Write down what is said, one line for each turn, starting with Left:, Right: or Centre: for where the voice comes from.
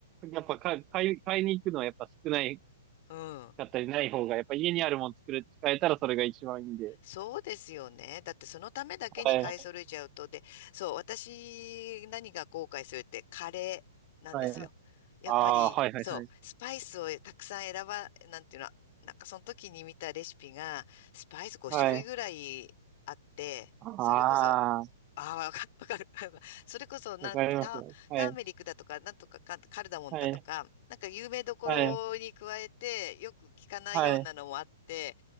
Right: やっぱ買い、買い買いに行くのはやっぱ少ない
Left: うん。
Right: かったりない方が、やっぱ家にあるもの作る、使えたらそれが一番いいんで。
Left: そうですよね。だってそのためだけに買い揃えちゃうと、
Right: はい。
Left: で、そう、私何が後悔するってカレーなんですよ。
Right: はい。
Left: やっぱり、
Right: ああー、はいはいはい。
Left: そう、スパイスをたくさん選ば、なんていうの、なんかその時に見たレシピが、スパイス5種類ぐらいあって、
Right: はい。ああ、
Left: それこそああ、わか、<laughs> わかる。<laughs> わかるそれこそ、なんて、
Right: わかりますよ。
Left: タ、
Right: はい、
Left: ターメリックだとか、なんとかか、カルダモンだとか、
Right: はい、
Left: なんか有名どころに加えて、
Right: はい、
Left: よく聞かないようなのもあって、
Right: はい。